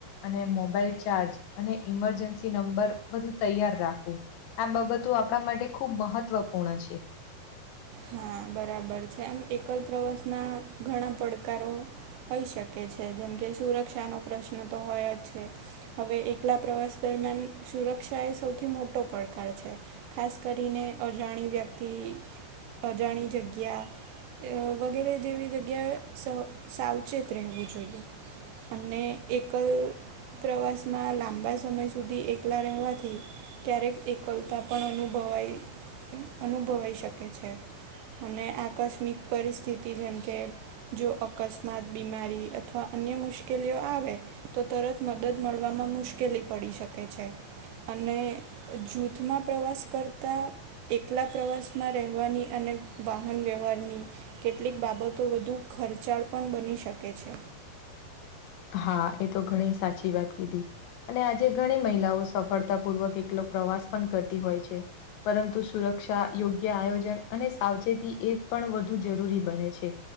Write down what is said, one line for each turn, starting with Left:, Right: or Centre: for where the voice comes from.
Left: અને મોબાઈલ ચાર્જ અને ઇમરજન્સી નંબર બધું તૈયાર રાખવું. આ બાબતો આપણા માટે ખૂબ મહત્વપૂર્ણ છે.
Right: હા બરાબર છે એમ એકલ પ્રવાસના ઘણા પડકારો હોય શકે છે જેમ કે સુરક્ષાનો પ્રશ્ન તો હોય જ છે. હવે એકલા પ્રવાસ દરમિયાન સુરક્ષા એ સૌથી મોટો પડકાર છે. ખાસ કરીને અજાણી વ્યક્તિ અજાણી જગ્યા વગેરે જેવી જગ્યાએ સાવચેત રહેવું જોઈએ. અને એકલ પ્રવાસમાં લાંબા સમય સુધી એકલા રહેવાથી. ક્યારેક એકલતા પણ અનુભવાય અનુભવાય શકે છે. અને આકસ્મિક પરિસ્થિતિ જેમ કે જો અકસ્માત બીમારી અથવા અન્ય મુશ્કેલીઓ આવે તો તરત મદદ મળવામાં મુશ્કેલી પડી શકે છે. અને જૂથમાં પ્રવાસ કરતા એકલા પ્રવાસમાં રહેવાની અને વાહન વ્યવહારની કેટલીક બાબતો વધુ ખર્ચાળ પણ બની શકે છે.
Left: હા એ તો ઘણી સાચી વાત કીધી. અને આજે ઘણી મહિલાઓ સફળતાપૂર્વક એકલો પ્રવાસ પણ કરતી હોય છે. પરંતુ સુરક્ષા યોગ્ય આયોજન અને સાવચેતી એ પણ વધુ જરૂરી બને છે